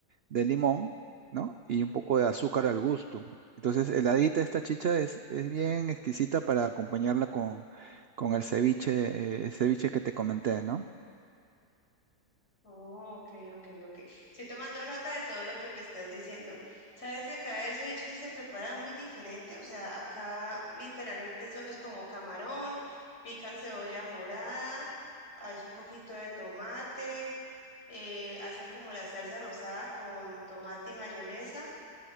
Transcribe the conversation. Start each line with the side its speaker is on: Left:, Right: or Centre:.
Right: de limón, ¿no? Y un poco de azúcar al gusto. Entonces, heladita esta chicha es, es bien exquisita para acompañarla con, con el ceviche, eh, el ceviche que te comenté, ¿no?
Left: Oh, ok, ok, ok. Estoy tomando nota de todo lo que me estás diciendo. Sabes que acá el ceviche sí se prepara muy diferente, o sea, acá literalmente solo es como camarón, pican cebolla morada, a veces un poquito de tomate, eh, hacen como la salsa rosada con tomate y mayonesa